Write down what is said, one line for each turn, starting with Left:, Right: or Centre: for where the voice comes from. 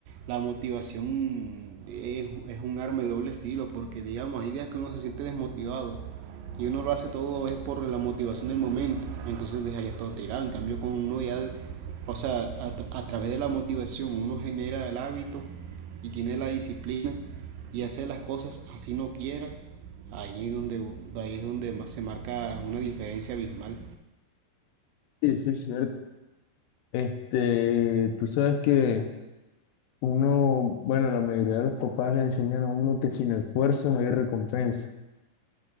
Right: la motivación es, es un arma de doble filo, porque digamos, hay días que uno se siente desmotivado y uno lo hace todo es por la motivación del momento, entonces dejaría todo tirado, en cambio con uno ya, o sea, a, tra- a través de la motivación uno genera el hábito y tiene la disciplina y hace las cosas así no quiera, ahí, es donde, ahí es donde más se marca una diferencia abismal
Left: Sí, eso es cierto. Este, tú sabes que uno, bueno, la mayoría de los papás le enseñan a uno que sin esfuerzo no hay recompensa.